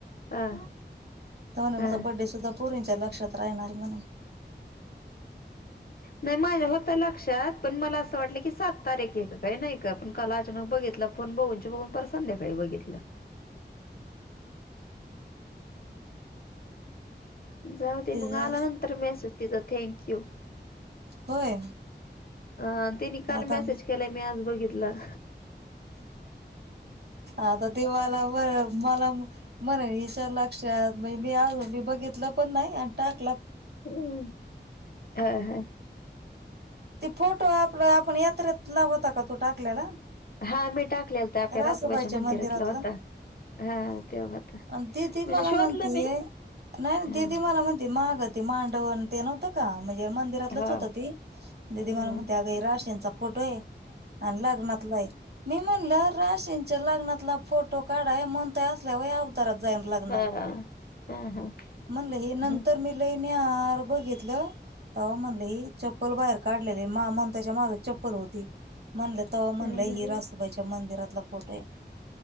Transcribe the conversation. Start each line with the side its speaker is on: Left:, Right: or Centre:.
Left: हा
Right: तान माझा
Left: हा
Right: बड्डे सुद्धा लक्षात राहणार म्हणून...
Left: नाही माझ्या होत लक्षात पण म असं वाट की सात तारीख का नाही काल अचानक बघितल बघून बघून पार संध्याकाळी बघितलं... जाऊ दे
Right: तिचा
Left: मग आला नंतर मेसेज तिचा थँंक यू
Right: होय
Left: हा तेनी काल
Right: आता
Left: मेसेज केलाय मी आज बघितलं
Right: आता ती मला बर मला म्हणल... च्या लक्षात म्ह मी मी बघितलं पण नाही आणि टाक
Left: हम्म <inaudible> हा हा
Right: ते फोटो आपलं आपण यात्रेत लावत का तू टाकल्याला
Left: हा मी टाकलेला तर आपल्या
Right: <inaudible> रासबायच्या
Left: रासोबाच्या मंदिरातला
Right: मंदिरातलं
Left: होता हा
Right: <inaudible>
Left: तेव्हा होता
Right: अ ती ती
Left: म्हणजे
Right: मला
Left: शोधलं
Right: म्हणती
Left: मी
Right: ये <inaudible> नाही ना
Left: हा
Right: ददी मला म्हणते महागत मांडव ते नवत का म्हणजे मंदिरातलंच
Left: हा
Right: होत त <inaudible> म्ह
Left: हा
Right: त्या फोटो आहे <inaudible> आणि लग्ना आहे मी राशींच्या लग्नातला फोटो काढाय म्हणता असल्या व
Left: हा हा हा
Right: म्ह <inaudible>
Left: हं,
Right: र बघितलं <inaudible> म्हण चप्पल बाहेर काढली मा म्हण त्याच्या माग चप्पल होती म्हणल तव्हा म्हणलं
Left: हं, हं.
Right: ही रातुबाईच्या मंदिरातला फोटो आहे <inaudible>